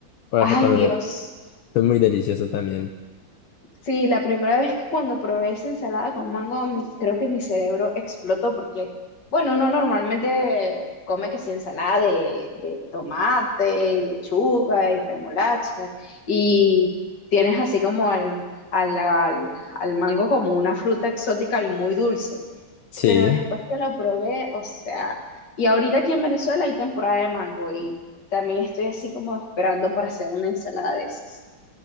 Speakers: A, on the left; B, on the left.
A: Orejo
B: Ay,
A: también
B: Dios.
A: es es muy delicioso también.
B: Sí, la primera vez que cuando probé esa ensalada con mango, mi- creo que mi cerebro explotó porque, bueno, uno normalmente come que sí ensalada de, de tomate y lechuga y remolacha y tienes así como al, al, al, al mango como una fruta exótica y muy dulce.
A: Sí.
B: Pero después que lo probé, o sea, y ahorita aquí en Venezuela hay temporada de mango y también estoy así como esperando para hacer una ensalada de esas.